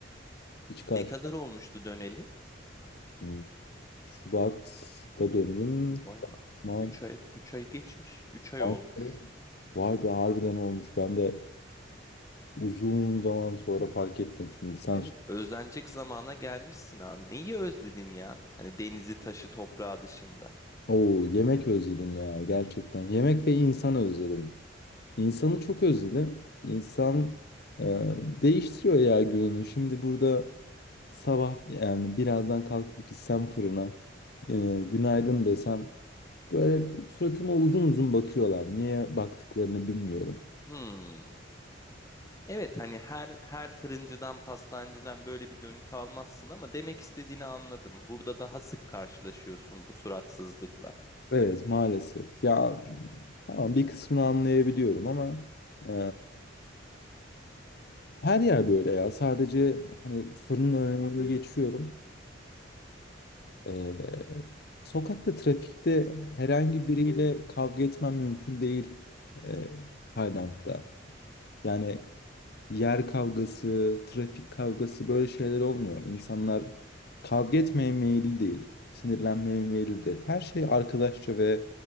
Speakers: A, on the left (about 55°); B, on the left (about 15°).
A: Hiç karşı.
B: Ne kadar olmuştu döneli?
A: Hmm. Şubat'ta döndüm.
B: Bu bayağı
A: Mart,
B: 3 ay 3 ay geçmiş. üç ay
A: Mart'ta.
B: olmuş.
A: Vay be harbiden olmuş. Ben de uzun zaman sonra fark ettim şimdi. Sen
B: Evet, özlenecek zamana gelmişsin abi. Neyi özledin ya? Hani denizi, taşı, toprağı dışında.
A: Oo, yemek özledim ya gerçekten. Yemek ve insan özledim. İnsanı çok özledim. İnsan e, değiştiriyor ya gününü. Şimdi burada sabah yani birazdan kalkıp gitsem fırına e, günaydın desem böyle suratıma uzun uzun bakıyorlar. Niye baktıklarını bilmiyorum.
B: Hmm. Evet hani her her fırıncıdan, pastancıdan böyle bir dönüt almazsın ama demek istediğini anladım. Burada daha sık karşılaşıyorsun bu suratsızlıkla.
A: Evet maalesef. Ya tamam bir kısmını anlayabiliyorum ama e, her yer böyle ya. Sadece hani fırının önüne geçiyorum. Ee, sokakta, trafikte herhangi biriyle kavga etmen mümkün değil e, Tayland'da. Yani yer kavgası, trafik kavgası böyle şeyler olmuyor. İnsanlar kavga etmeye meyilli değil, sinirlenmeye meyillidir. Her şey arkadaşça ve